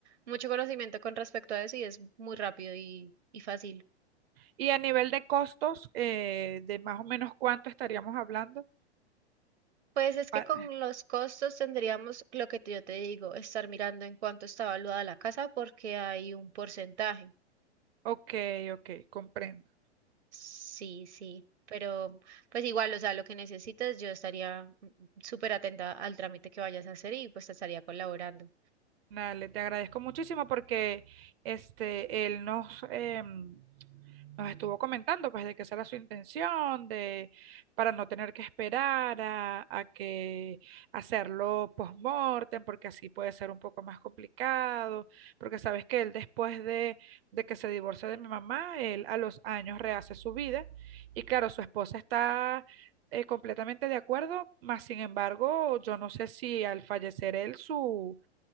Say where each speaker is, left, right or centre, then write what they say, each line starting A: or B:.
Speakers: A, on the right; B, on the right.
A: mucho conocimiento con respecto a eso y es muy rápido y, y fácil.
B: Y a nivel de costos, eh, de más o menos cuánto estaríamos hablando.
A: Pues es que
B: Ah,
A: con los costos tendríamos lo que te- yo te digo, estar mirando en cuánto está valuada la casa porque hay un porcentaje.
B: ok, ok, comprendo.
A: Sí, sí, pero pues igual, o sea, lo que necesites, yo estaría mm, súper atenta al trámite que vayas a hacer y pues te estaría colaborando.
B: Dale, te agradezco muchísimo porque este, él nos, em, nos estuvo comentando pues de que esa era su intención, de para no tener que esperar a, a que hacerlo post-mortem, porque así puede ser un poco más complicado, porque sabes que él después de, de que se divorcia de mi mamá, él a los años rehace su vida y claro, su esposa está eh, completamente de acuerdo, mas sin embargo, yo no sé si al fallecer él su